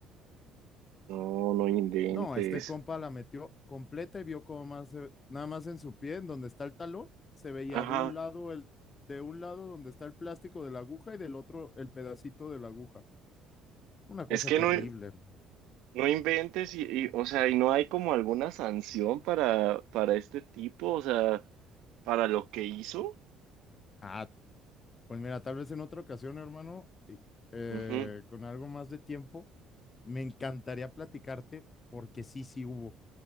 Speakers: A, on the right (about 75°); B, on the left (about 20°).
A: No, no inventes.
B: No, este compa la metió completa y vio como más, se- nada más en su pie, en donde está el talón, se veía
A: Ajá.
B: de un lado el, de un lado donde está el plástico de la aguja y del otro el pedacito de la aguja. Una cosa
A: Es que
B: terrible.
A: no,
B: hermano.
A: no inventes y, y, o sea, y no hay como alguna sanción para, para este tipo, o sea, para lo que hizo.
B: Ah, Pues mira, tal vez en otra ocasión, hermano, y- eh,
A: Ujú.
B: con algo más de tiempo, me encantaría platicarte porque sí, sí hubo.